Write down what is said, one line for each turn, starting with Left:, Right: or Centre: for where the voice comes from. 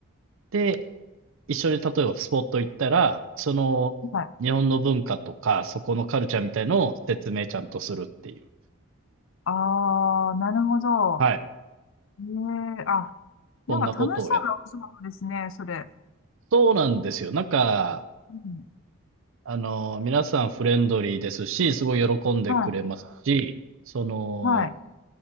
Right: で、一緒に例えばスポット行ったら、その、
Left: はい。
Right: 日本の文化とか、そこのカルチャーみたいのを説明ちゃんとするっていう。
Left: あー、なるほど。
Right: はい。
Left: ええあ、なんか楽しそうなお仕事ですね、
Right: そんなことをやっ
Left: それ。
Right: そうなんですよ。なんか、
Left: うん、
Right: あの、皆さんフレンドリーですし、すごい喜んでくれますし、
Left: は
Right: その、
Left: い、はい。